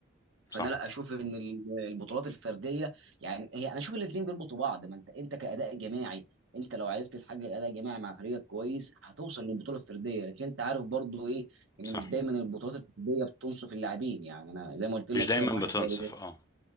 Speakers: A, on the right; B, on the left.
A: فانا
B: صح
A: لا اشوف ان ال- البطولات الفرديه يعني هي انا اشوف الاثنين بيربطوا بعض ما انت انت كاداء جماعي انت لو عرفت تحقق اداء جماعي مع فريقك كويس هتوصل للبطوله الفرديه لكن انت عارف برضو ايه ان
B: صح
A: مش دايما البطولات الفرديه بتنصف اللاعبين يعني انا زي ما قلت لك
B: مش دايما
A: كده ان واحد
B: بتنصف
A: زي ريبيري
B: اه